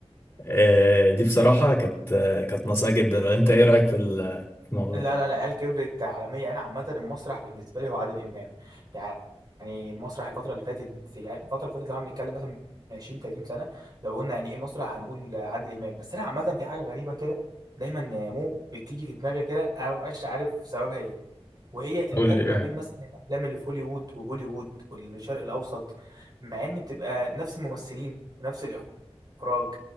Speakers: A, on the left; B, on the right.
A: آه، دي بصراحة كانت آه، كانت ناقصة جدا ولا انت ايه رأيك في ال- في الموضوع
B: لا
A: ده؟
B: لا العيال كبرت عالمية أنا عامة المسرح بالنسبة لي هو عادل إمام يعني يعني المسرح الفترة اللي فاتت يعني الفترة اللي فاتت لو هنتكلم مثلا من 20 30 سنة لو قلنا يعني إيه مسرح هنقول عادل إمام بس أنا عامة في حاجة غريبة كده دايما يا مو بتيجي في دماغي كده أنا مبقاش عارف سببها إيه وهي الفرق
A: قول لي ايه
B: ما بين مثلا الافلام اللي في هوليوود وبوليوود والشرق الاوسط مع ان بتبقى نفس الممثلين ونفس الاخراج